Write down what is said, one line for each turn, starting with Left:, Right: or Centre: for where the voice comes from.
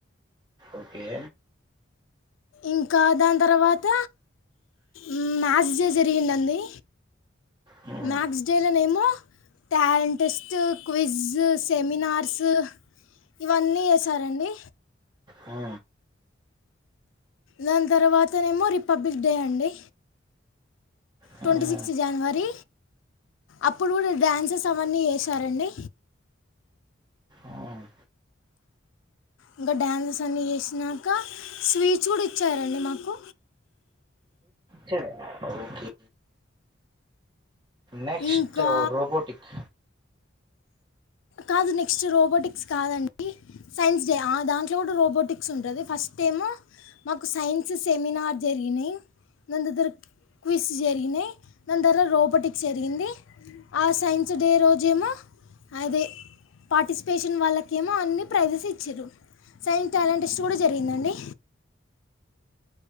Right: ఓకే
Left: ఇంకా దాని తర్వాత మ్ మాస్ జ జరిగింది అండి
Right: మ్మ్
Left: మక్స్ డే లోనేమో టాలెంట్ టెస్ట్ క్విజ్ సెమినార్స్ ఇవన్నీ చేశారు అండి
Right: ఆ
Left: దాని తర్వాతనేమో రిపబ్లిక్ డే అండి
Right: మ్మ్
Left: ట్వంటీ సిక్స్త్ జనవరి అప్పుడు కూడా డ్యాన్సెస్ అవన్నీ చేసారండి
Right: మ్మ్
Left: ఇంకా డ్యాన్సెస్ అన్నీ చేసినాక స్వీట్స్ కూడా ఇచ్చారండి మాకు
Right: సరే ఓకె నెక్స్ట్
Left: ఇంకా
Right: రోబోటిక్
Left: కాదు నెక్స్ట్ రోబోటిక్స్ కాదండి సైన్స్ డే, ఆ దాంట్లో కూడా రోబోటిక్స్ ఉంటాది, ఫస్ట్ ఏమో మాకు సైన్స్ సెమినార్ జరిగినాయి, దాని తర్వాత క్విజ్ జరిగినాయి, దాని తర్వాత రోబోటిక్స్ జరిగింది, ఆ సైన్స్ డే రోజు ఏమో అదే పాటిస్ఫేషన్ వాళ్లకి ఏమో అన్ని ప్రైజెస్ ఇచిరు, సైన్స్ ట్యాలెంట్ టెస్ట్ కూడా జరిగిందండి.